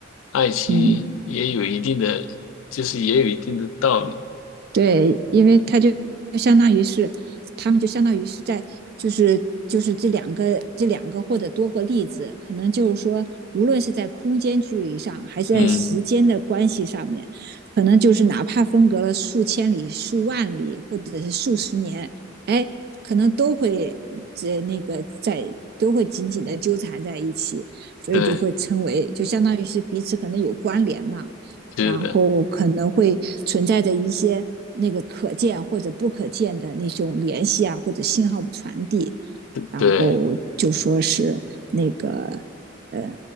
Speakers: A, on the left; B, on the right.
A: 爱情，
B: 嗯
A: 也有一定的，就是也有一定的道理。
B: 对，因为他就相当于是，他们就相当于是在，就是就是这两个这两个或者多个例子，可能就是说，无论是在空间距离上，还是在时间的关系上面，
A: 嗯，
B: 可能就是哪怕分隔了数千里、数万里，或者是数十年，哎，可能都会这那个在都会紧紧的纠缠在一起，所以就会称为，
A: 对，
B: 就相当于是彼此可能有关联嘛。
A: 是的，
B: 然后可能会存在着一些那个可见或者不可见的那种联系啊，或者信号的传递，然后就说是那个，
A: 对，
B: 呃，